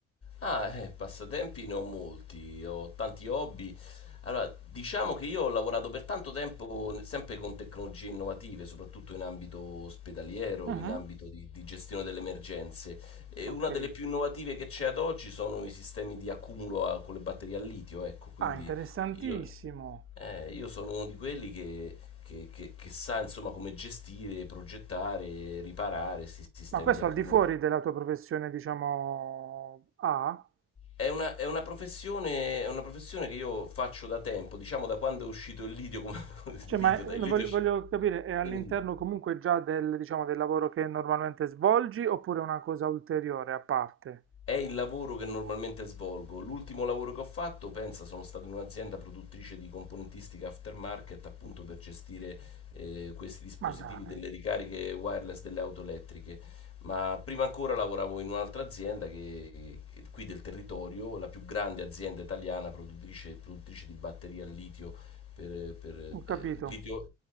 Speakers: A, on the left; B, on the right.
A: Ah, eh, passatempi ne ho molti, ho tanti hobby. Allora, diciamo che io ho lavorato per tanto tempo n- sempre con tecnologie innovative, soprattutto in ambito ospedaliero,
B: Mhm.
A: in ambito di, di gestione delle emergenze. E
B: Ok.
A: una delle più innovative che c'è ad oggi sono i sistemi di accumulo a- con le batterie a litio, ecco, quindi
B: Ah, interessantissimo.
A: io, eh, io sono uno di quelli che, che- che- che sa insomma come gestire, progettare, riparare questi sistemi
B: Ma questo
A: di accumulo
B: al di fuori della tua professione, diciamo, A?
A: È una, è una professione, è una professione che io faccio da tempo, diciamo da quando è uscito il Lidio, come, <laughs> il
B: Cioè,
A: Lidio,
B: ma eh,
A: il
B: non
A: Lidio
B: voglio,
A: esce.
B: voglio capire, è all'interno
A: Dimmi, dimmi.
B: comunque già del, diciamo, del lavoro che normalmente svolgi oppure è una cosa ulteriore a parte?
A: È il lavoro che normalmente svolgo. L'ultimo lavoro che ho fatto, pensa, sono stato in un'azienda produttrice di componentistica aftermarket appunto per gestire eh, questi dispositivi
B: Ma dai,
A: delle ricariche wireless delle auto elettriche. Ma prima ancora lavoravo in un'altra azienda che, che- qui del territorio, la più grande azienda italiana produttrice, produttrice di batterie al litio per, per,
B: ho
A: eh,
B: capito.
A: litio